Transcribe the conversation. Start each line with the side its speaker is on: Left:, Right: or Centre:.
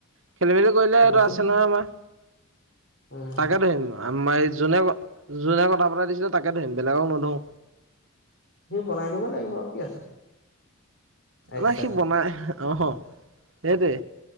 Right: খেলি মেলি কৰিলে এইটো,
Left: বেছি
Right: আছে নহয় আমাৰ
Left: উম
Right: তাকে ধৰিম আমাৰ এই যোনে ক যোনে ক, কথা বতাই দিছিলে তাকে ধৰিম বেলেগও নধও।
Left: সি বনাই দিব লাগিব কি আছে। এক্সট্ৰাকে
Right: নাই সি বনাই অ সেইটোৱে